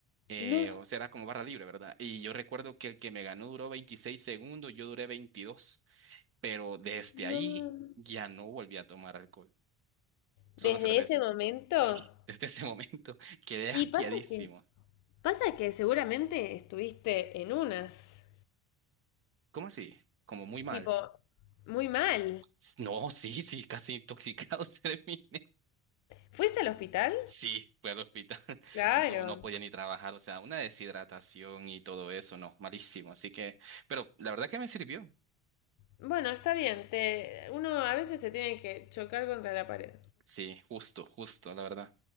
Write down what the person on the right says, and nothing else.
eh,
o sea, era como barra libre, ¿verdad? Y yo recuerdo que el que me ganó duró 26 segundos, yo duré 22, pero desde
ahí ya no volví a tomar alcohol. Solo
cerveza.
Sí. <laughs> Desde ese momento <laughs> quedé
asqueadísimo.
¿Cómo así? Como muy mal.
S- No, sí, sí, casi intoxicado <laughs> terminé.
Sí, fui al hospital. <laughs>
No, no podía ni trabajar, o sea, una deshidratación y todo eso, no, malísimo. Así que, pero la verdad que me sirvió.
Sí, justo, justo, la verdad.